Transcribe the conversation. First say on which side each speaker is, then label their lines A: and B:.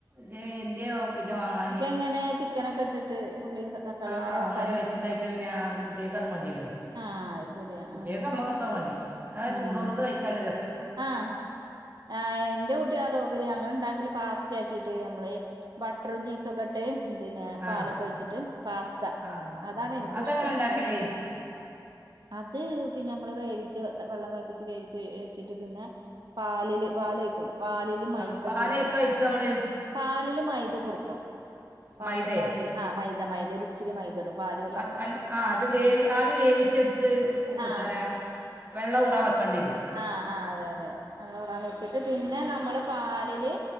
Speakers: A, on the right; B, on the right.
A: ജ്യേ എന്ത്യാ വോ വിത വാങ്ങാഞ്ഞ്
B: എങ്ങനെ
A: അത്ക്കെങ്ങനെ
B: ചിക്കനൊക്കെ ഇട്ടിട്ട്
A: ചിക്കനൊക്കെ ഇട്ട്ട്ട്
B: ഉള്ളിയും തക്കാളി
A: ആഹ്
B: എങ്ങനെ വെക്കാറ്
A: ഒന്നായ്റ്റ് വയറ്റിണ്ടാക്കിയേതന്നെ ആഹ് കുട്ടിയേക്ക് അത് മതിയല്ലോ
B: ആഹ് അത് ശരിയാ
A: കുട്ടിയേൾക്കും
B: ആഹ്
A: അമ്മക്കൊക്കെ അത് മതി ആഹ്
B: ഉം
A: ചൂടോട് കയിക്കാൻ ല്ല രസ്
B: ആഹ് ആഹ് എന്റെ കുട്ടി അതോപരി ഞങ്ങൾ ഇണ്ടാക്കല് പാസ്തയാക്കിയിട്ട് അമ്മള് ബട്ട്റും ചീസും ഒക്കെ ഇട്ട് പിന്നെ പാലൊക്കെ
A: ആ
B: ഒഴിച്ചിട്ട് പാസ്ത
A: ആ
B: അതാണ്
A: ആ
B: എനിക്കും
A: അതെങ്ങനെ
B: ഇഷ്ടം.
A: ഉണ്ടാക്കല്
B: അത് പിന്നെ അമ്മള് വേവിച്ച് <unintelligible> വെള്ളം തെള്പ്പിച്ച് വേവിച്ച് <unintelligible> ഇട്ടിട്ട് പിന്നെ പാലില് പാലൊയ്ക്കും പാലില് മൈദ
A: ആ പാലൊഴിക്കുക
B: കുറുക്കും
A: ഒഴിക്കുക നമ്മൾ
B: പാലില് മൈദ കുറുക്കും പാല്
A: മൈദേ
B: പാലില് ആഹ് മൈദ മൈദേല് ച്ചിരി മൈദടും പാൽല്
A: അത് അ ആ അത് വേവി ആദ്യം വേവിച്ചെടുത്ത് ഓ
B: ആ
A: തരാ. വെള്ള ഊറാൻ വെക്കെണ്ടേരും
B: ആഹ് ആഹ് അതെ അതെ വെള്ളം ഊറാൻ വെച്ചിട്ട് പിന്നെ നമ്മള് പാലില്.